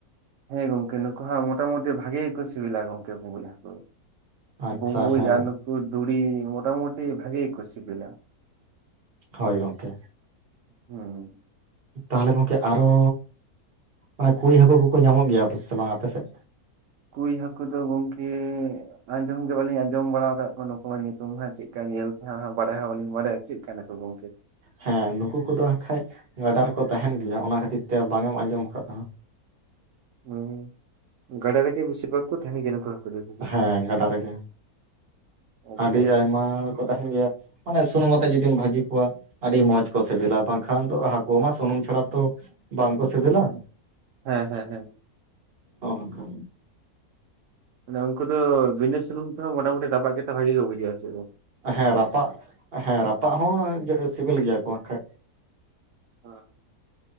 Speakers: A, on the right (about 65°); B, on the right (about 40°).
A: ᱦᱮᱸ ᱜᱚᱝᱠᱮ ᱱᱩᱠᱩ ᱦᱟᱜ ᱢᱚᱴᱟᱢᱩᱴᱤ ᱵᱷᱟᱜᱮ ᱜᱮ ᱠᱚ ᱥᱤᱵᱤᱞᱟ ᱜᱚᱝᱠᱮ ᱵᱩᱸᱵᱩᱡ ᱦᱟᱹᱠᱩ᱾
B: ᱟᱪᱪᱷᱟ
A: ᱵᱩᱸᱵᱩᱡ
B: ᱦᱮᱸ
A: ᱟᱨ ᱱᱩᱠᱩ ᱫᱩᱲᱤ ᱢᱚᱴᱟᱢᱩᱴᱤ ᱵᱷᱟᱜᱮ ᱠᱚ ᱥᱤᱵᱤᱞᱟ᱾
B: ᱦᱳᱭ ᱜᱚᱝᱠᱮ᱾
A: ᱦᱩᱸ
B: ᱛᱟᱦᱚᱞᱮ ᱜᱚᱝᱠᱮ ᱟᱨᱚ ᱚᱱᱮ ᱠᱳᱭ ᱦᱟᱹᱠᱩ ᱠᱚᱠᱚ ᱧᱟᱢᱚᱜ ᱜᱮᱭᱟ ᱥᱮ ᱵᱟᱝ ᱟᱯᱮ ᱥᱮᱫ?
A: ᱠᱳᱭ ᱦᱟᱹᱠᱩ ᱫᱚ ᱜᱚᱝᱠᱮ ᱟᱸᱡᱚᱢᱜᱮ ᱵᱟᱹᱞᱤᱧ ᱟᱸᱡᱚᱢ ᱵᱟᱲᱟ ᱟᱠᱟᱫ ᱠᱚᱣᱟ ᱱᱩᱠᱩ ᱟᱜ ᱧᱩᱛᱩᱢ ᱦᱟᱸᱜ ᱪᱮᱫ ᱠᱟ ᱧᱮᱞ ᱛᱮᱦ ᱦᱚᱸᱜ ᱵᱟᱰᱟᱭ ᱦᱚᱸ ᱵᱟᱞᱤᱧ ᱵᱟᱰᱟᱭᱟ ᱪᱮᱫ ᱞᱮᱠᱟ ᱱᱟᱠᱚ ᱜᱚᱝᱠᱮ᱾
B: ᱦᱮᱸ ᱱᱩᱠᱩ ᱠᱚᱫᱚ ᱦᱟᱸᱜ ᱠᱷᱟᱡ ᱜᱟᱰᱟ ᱨᱮᱠᱚ ᱛᱟᱦᱮᱱ ᱜᱮᱭᱟ ᱚᱱᱟ ᱠᱷᱟᱹᱛᱤᱨ ᱛᱮ ᱵᱟᱝ ᱮᱢ ᱟᱸᱡᱚᱢ ᱠᱟᱜᱼᱟ᱾
A: ᱢᱟᱱᱮ ᱜᱟᱰᱟ ᱨᱮᱜᱮ ᱵᱤᱥᱤᱨ ᱵᱷᱟᱜ ᱠᱚ ᱛᱟᱦᱮᱸᱱ ᱜᱤᱭᱟ ᱱᱩᱠᱩ ᱫᱚ ᱥᱮ ᱪᱮᱫ?
B: ᱦᱮᱸ ᱜᱟᱰᱟ ᱨᱮᱜᱮ
A: ᱟᱪᱪᱷᱟ
B: ᱟᱹᱰᱤ ᱟᱭᱢᱟ ᱠᱚ ᱛᱟᱦᱮᱱ ᱜᱮᱭᱟ᱾ ᱚᱱᱮ ᱥᱩᱱᱩᱢ ᱟᱛᱮᱜ ᱡᱩᱫᱤᱢ ᱵᱷᱟᱹᱡᱤ ᱠᱚᱣᱟ ᱟᱹᱰᱤ ᱢᱚᱸᱪ ᱠᱚ ᱥᱤᱵᱤᱞᱟ ᱵᱟᱝᱠᱷᱟᱱ ᱫᱚ ᱦᱟᱹᱠᱩ ᱢᱟ ᱥᱩᱱᱩᱢ ᱪᱷᱟᱲᱟ ᱛᱚ ᱵᱟᱝᱠᱚ ᱥᱤᱵᱤᱞᱟ᱾
A: ᱦᱮᱸ ᱦᱮᱸ ᱦᱮᱸ᱾
B: ᱚᱱ ᱚᱝᱠᱟ᱾
A: ᱢᱟᱱᱮ ᱩᱱᱠᱩ ᱫᱚ ᱵᱤᱱᱟᱹ ᱥᱩᱱᱩᱢ ᱛᱮᱦᱚᱸ ᱢᱚᱴᱟᱢᱩᱴᱤ ᱨᱟᱯᱟᱜ ᱠᱟᱛᱮ ᱵᱷᱟᱜᱤ ᱠᱚ ᱵᱩᱡᱷᱟᱜᱼᱟ ᱥᱮ ᱪᱮᱫ ᱜᱚᱝ?
B: ᱦᱮᱸ ᱨᱟᱯᱟᱜ ᱦᱮᱸ ᱨᱟᱯᱟᱜ ᱦᱚᱸ ᱡᱮ ᱥᱤᱵᱤᱞ ᱜᱮᱭᱟ ᱠᱚ ᱦᱟᱜ ᱠᱷᱟᱡ᱾
A: ᱦᱚᱸ,